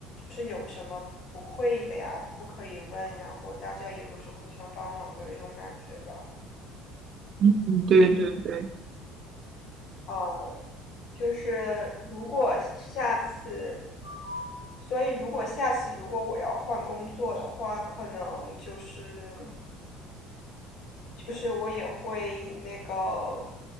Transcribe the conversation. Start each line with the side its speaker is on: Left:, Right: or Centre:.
Left: 就是有什么不会的呀都可以问，然后大家也都是互相帮忙的那种感觉吧，
Right: 嗯，对对对。
Left: 嗯。就是如果下次所以如果下次如果我要换工作的话，可能就是就是我也会那个，